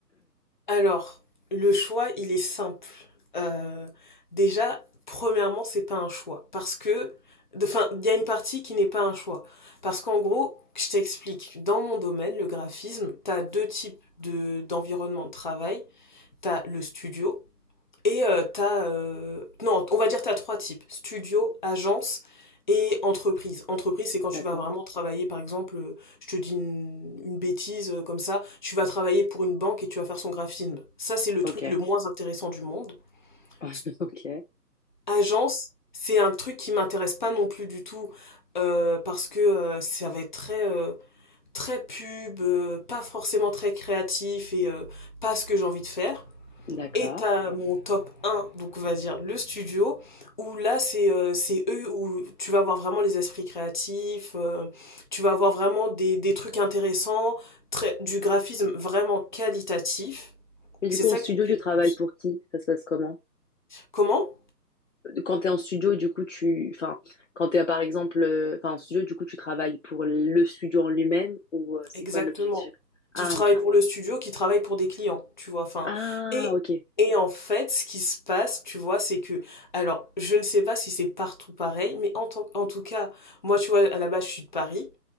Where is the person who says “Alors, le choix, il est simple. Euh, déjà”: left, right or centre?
Left